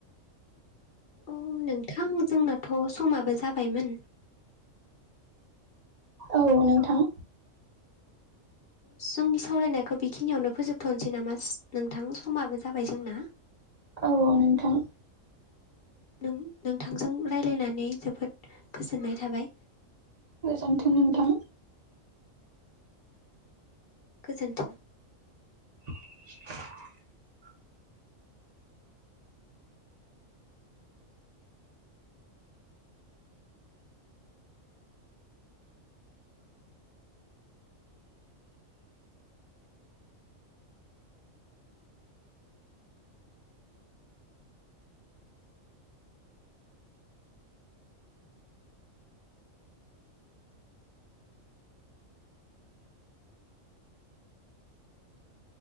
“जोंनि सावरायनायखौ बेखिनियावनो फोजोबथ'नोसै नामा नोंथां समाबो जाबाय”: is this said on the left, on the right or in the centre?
Left